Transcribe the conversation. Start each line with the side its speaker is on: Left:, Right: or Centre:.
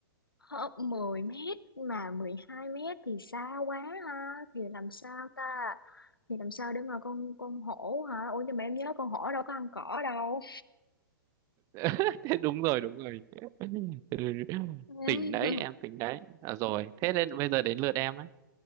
Left: hớp 10 mét mà 12 mét thì xa quá ha, thì làm sao ta? Thì làm sao để mà con con hổ hả? Ủa nhưng mà em nhớ con hổ đâu có ăn cỏ đâu.
Right: <laughs> đúng rồi đúng rồi <laughs>
Left: <laughs>
Right: tỉnh đấy em tỉnh đấy à, rồi thế nên bây giờ đến lượt em đấy